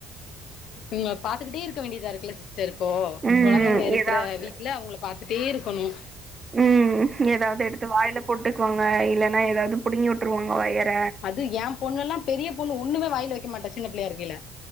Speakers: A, on the left; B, on the right.
A: இவிங்கள பாத்துக்கிட்டே இருக்க வேண்டியதா இருக்குல்ல சிஸ் டர் இப்போ
B: ம்
A: கொழந்தைங்க இருக்கற
B: ஏதாவது
A: வீட்ல அவுங்கள பாத்துட்டே இருக்கணும்
B: ம் ஏதாது எடுத்து வாயில போட்டுக்குவாங்க இல்லன்னா ஏதாது புடுங்கி உட்டுருவாங்க வயர
A: அது என் பொண்ணுல்லா பெரிய பொண்ணு ஒன்னுமே வாயில வெக்க மாட்டா சின்ன பிள்ளையா இருக்கையில